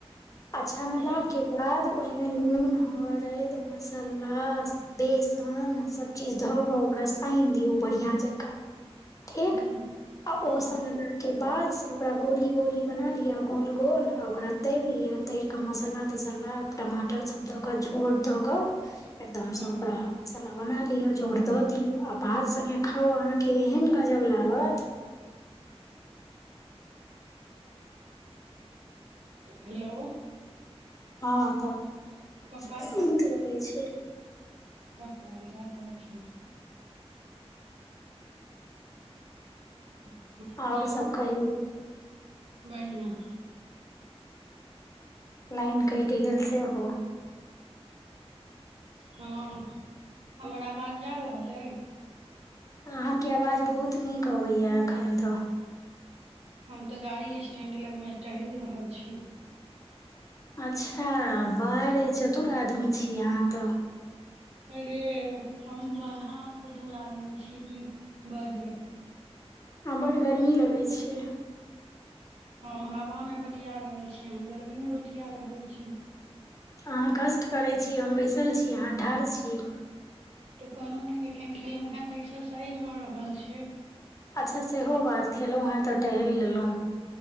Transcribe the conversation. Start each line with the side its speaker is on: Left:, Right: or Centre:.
Left: आ छनलाा
Right: हू
Left: के बाद, ओहिमे नून, हरद, मसाला, बेसन, सब चीज धऽ क ओकरा सानि दियऔ, बढ़िया जकाँ। ठीक
Right: हू।
Left: आ
Right: हू
Left: ओ सनला के बाद से ओकरा गोली -गोली बना लियअ, गोल -गोल आ ओकरा तैर लियअ। तैर के मसालला- तसालला टमाटर सब द के, झोर द क एकदमसँ
Right: हू
Left: ओकरा मसाला बना लिअ, जोर द दियऔ, आ भात सगे खाउ अहाँके एहन गजब लागत।
Right: हेलो!
Left: हँ तऽ
Right: पप्पा
Left: नीक लगै छै।
Right: कप बा जााद छै ह हेलो!
Left: आओर सब कही
Right: बढ़िआँं।
Left: लाइन कैएट गेल सेहो।
Right: हां हमर आवाज जा रहल अय।
Left: अहाँके आवाज बहुत नीक अबैया एखन तऽ।
Right: हम तऽ गाड़ी स्टेंड लगमे टहैल रहल छी।
Left: अच्छा बाह रे चतुर आदमी छी अहाँ तऽ।
Right: अरे हम महा चतुर आदमी छी की बाजर
Left: आ बड़ गर्मी लगै छै।
Right: हम हवामे बतिया रहल छी, अहाँ गर्मीमे बतिया रहल छी।
Left: अहाँ कष्ट करै छी, हम बैसल छी, अहाँ ठाड़ छी।
Right: तऽ कोनो नै एखन खेलौ हे तऽ एक्सरसाइज भऽ रहल छै।
Left: अच्छा सेहो बात खेलौ हें तऽ टहैल लेलौ।